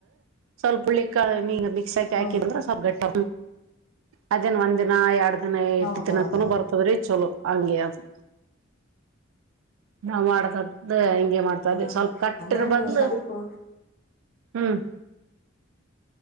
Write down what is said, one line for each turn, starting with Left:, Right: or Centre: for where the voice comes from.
Right: ಸ್ವಲ್ ಮಿಂದ ಸ್ಲ್ಪ
Left: ಹೌದು
Right: ಹ ದಿನ ಒಂದ್ನ ಎರಡ್ ದಿನ
Left: ಹೌದೌದೌದ್ರಿ
Right: ಇಟ್ಟು ದಿನಕ್ಕೂ ಬರ್ತದ್ರೀ ಚಲೋ ಹಂಗಗೆ ಅದು ನಾ ಮಾಡದ್ದ ಮಾಡ್ತದೆ
Left: ಹಾ
Right: ಸ್ವಲ್ಪ
Left: ಹಾ
Right: ಕಟ್ಟರ
Left: ಅಂದ್ರೆ ನೀವು
Right: ಬದ್ಲು
Left: ಸ್ವಲ್ಪ
Right: ಹ್ಮ್